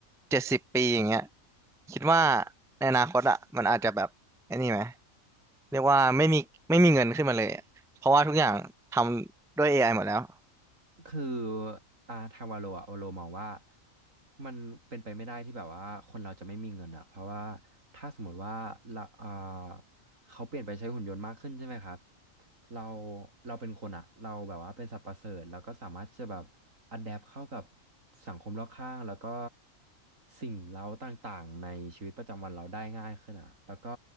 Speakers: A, in the centre; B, on the right (about 65°).
A: เจ็ดสิบปีอย่างเงี้ยคิดว่าในอนาคตอ่ะมันอาจจะแบบไอ้นี่ไหมเรียกว่าไม่มีไม่มีเงินขึ้นมาเลยอะเพราะว่าทุกอย่างทำด้วย AI หมดแล้ว
B: คืออาทางวาโลอะวาโลมองว่ามันเป็นไปไม่ได้ที่แบบว่าคนเราจะไม่มีเงินอะเพราะว่าถ้าสมมติว่าละอ่า เขาเปลี่ยนไปใช้หุ่นยนต์มากขึ้นใช่ไหมครับ เรา เราเป็นคนอะ เราแบบว่าเป็นสัตว์ประเสริฐแล้วก็สามารถที่จะแบบอัดแอปเข้ากับสังคมรอบข้างแล้วก็สิ่งเร้าต่างๆในชีวิตประจำวันเราได้ง่ายขึ้นอะแล้วก็